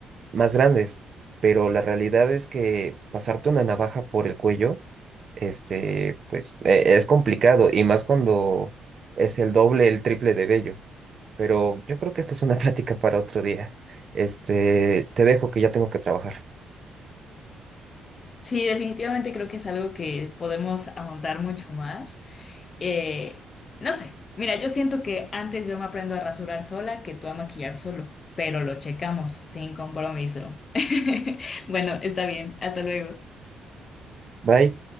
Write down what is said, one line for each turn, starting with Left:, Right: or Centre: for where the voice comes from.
Right: más grandes. Pero la realidad es que pasarte una navaja por el cuello, este, pues e- es complicado y más cuando es el doble, el triple de vello. Pero yo creo que esta es una <laughs> plática para otro día. Este, te dejo que ya tengo que trabajar.
Left: Sí, definitivamente creo que es algo que podemos ahondar mucho más. Eh, no sé, mira, yo siento que antes yo me aprendo a rasurar sola que tú a maquillar solo, pero lo checamos sin compromiso. <laughs> Bueno, está bien, hasta luego.
Right: Bye.